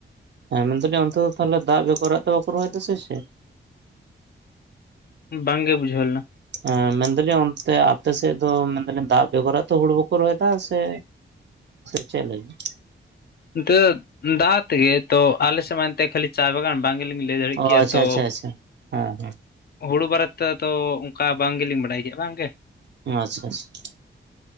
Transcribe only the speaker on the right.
ᱦᱮᱸ ᱢᱮᱱ ᱫᱟᱞᱤᱧ ᱚᱱᱛᱮ ᱫᱚ ᱛᱟᱦᱞᱮ ᱫᱟᱜ <unintelligible> ᱛᱮ ᱵᱟᱠᱚ ᱨᱚᱦᱚᱭ ᱫᱟ ᱥᱮ ᱪᱮᱫ?
ᱮᱸ ᱢᱮᱱᱫᱟᱞᱤᱧ ᱚᱱᱛᱮ ᱟᱯᱮ ᱥᱮᱜ ᱫᱚ ᱢᱮᱱᱫᱟᱞᱤᱧ ᱫᱟᱜ ᱵᱮᱜᱚᱨᱟ ᱛᱚ ᱦᱩᱲᱩ ᱵᱟᱠᱚ ᱨᱚᱦᱚᱭᱫᱟ ᱥᱮ᱾ ᱥᱮ ᱪᱮᱜ ᱞᱟᱹᱜᱤᱜ᱾
ᱚ
ᱟᱪᱪᱷᱟ
ᱟᱪᱪᱷᱟ ᱟᱪᱪᱷᱟ ᱦᱮᱸ
ᱦᱮᱸ ᱟᱪᱪᱷᱟ ᱟᱪᱪᱷᱟ